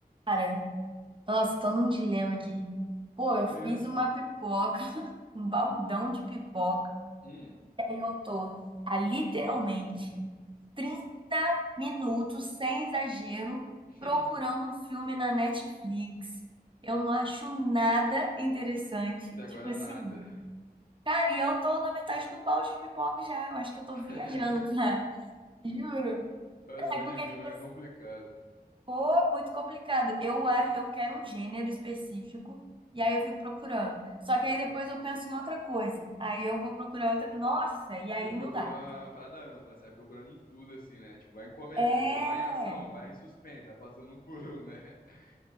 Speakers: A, on the right; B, on the left.
A: Cara, nossa, tô num dilema aqui. Pô, eu fiz
B: Isso.
A: uma pipoca, <laughs> um baldão de pipoca,
B: Hum.
A: e aí eu tô há literalmente trinta minutos, sem exagero,
B: <laughs>
A: procurando um filme na Netflix. Eu não acho nada interessante.
B: Até agora
A: Tipo assim,
B: nada.
A: cara, e eu tô na metade do balde de pipoca já. Eu acho que eu tô
B: <laughs>
A: viajando, cara. <laughs> Juro.
B: Mas esse negócio
A: É porque,
B: de filme
A: tipo
B: é complicado.
A: Pô, muito complicado. Eu, a- eu quero um gênero específico e aí eu fico procurando. Só
B: Uhum.
A: que aí depois eu penso em outra coisa. Aí eu vou procurar outra. Nossa, e aí
B: Você procura
A: não dá.
B: uma parada ampla, né? você vai procurando em tudo, assim, né? Tipo, vai em comédia,
A: É,
B: depois vai em ação, vai em suspense, vai passando um por um, né? <laughs>